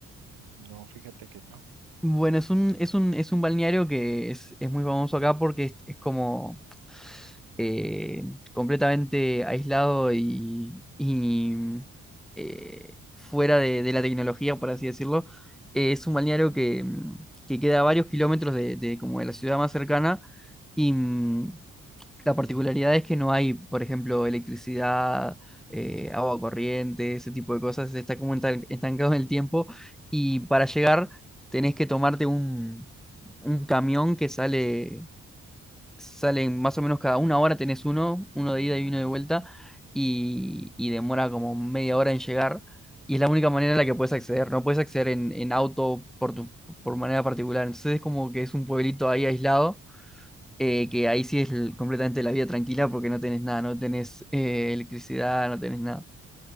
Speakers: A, on the right (about 75°); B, in the centre.
A: No, fíjate que no.
B: Bueno, es un, es un, es un balneario que es, es muy famoso acá porque es, es como eh, completamente aislado y, y, eh, fuera de, de la tecnología, por así decirlo. Eh, es un balneario que, mm, que queda a varios kilómetros de, de como de la ciudad más cercana y, mm, la particularidad es que no hay, por ejemplo, electricidad, eh, agua corriente, ese tipo de cosas. Está como ental- estancado en el tiempo y para llegar tenés que tomarte un, un camión que sale, sale más o menos cada una hora tenés uno, uno de ida y uno de vuelta y, y demora como media hora en llegar. Y es la única manera en la que puedes acceder. No puedes acceder en, en auto por tu, por manera particular. Entonces es como que es un pueblito ahí aislado eh, que ahí sí es l- completamente la vida tranquila porque no tenés nada, no tenés eh, electricidad, no tenés nada.